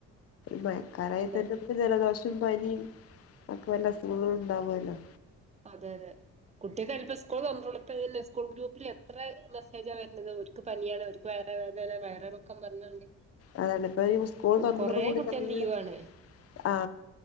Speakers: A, on the left; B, on the right.
A: മയക്കാലായ
B: എന്താ
A: തന്നെ ജലദോഷം പനിയും ഒക്കെ വല്ല അസുഖങ്ങള ഉണ്ടാവല്ലോ
B: അതെ അതെ കുട്ടികക്കരിപ്പ സ്കൂൾ തുറന്നുട്ടുള്ളു പ്പെന്നെ സ്കൂൾ ഗ്രൂപ്പിൽ എത്ര മെസ്സേജാ വരുന്നത് ക്ക്‌ പനിയാണ് അവർക്ക് വയറ് വേദനാണ് വയറളക്കം പറഞ്ഞാണ്ട്
A: അതാണ് ഇപ്പൊ ഈ സ്കൂൾ തന്നതോട
B: കൊറേ
A: കൂടി
B: കുട്ടികൾ
A: <unintelligible>
B: ലീവാണ്
A: ആ